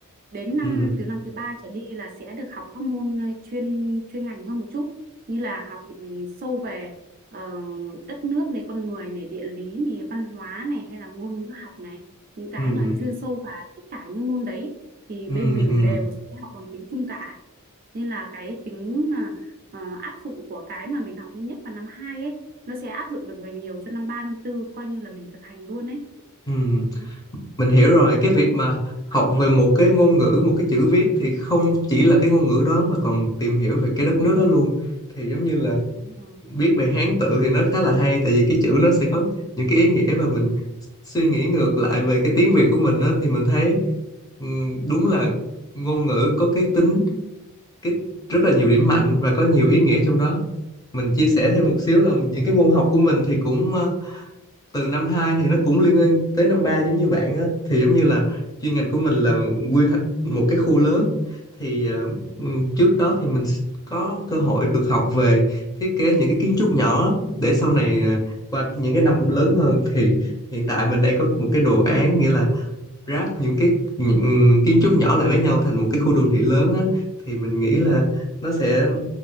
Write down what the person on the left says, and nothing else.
ừ
ừ
Ừ,
ừ,
ừ.
Mình hiểu rồi cái việc mà học về một cái ngôn ngữ một cái chữ viết thì không chỉ là cái ngôn ngữ đó mà còn tìm hiểu về cái đất nước đó luôn thì giống như là
biết về Hán tự thì nó khá là hay tại vì cái chữ nó sẽ có những cái ý nghĩa và mình suy nghĩ ngược lại về cái tiếng Việt của mình đó, thì mình thấy ừ, đúng là ngôn ngữ có cái tính cái rất là nhiều điểm mạnh và có nhiều ý nghĩa trong đó mình chia sẻ thêm một xíu
là những cái môn học của mình thì cũng từ năm 2 thì nó cũng liên quan tới năm ba giống như bạn á thì giống như là chuyên ngành của mình là
quy hoạch một cái khu lớn thì ờ, ừm, trước đó thì mình có cơ hội được học về thiết kế những cái kiến trúc nhỏ để sau này ờ, qua những cái năm lớn hơn thì hiện tại mình đang có một cái đồ án nghĩa là ráp những cái những kiến trúc nhỏ lại với nhau thành một cái khu đô thị lớn á thì mình nghĩ là nó sẽ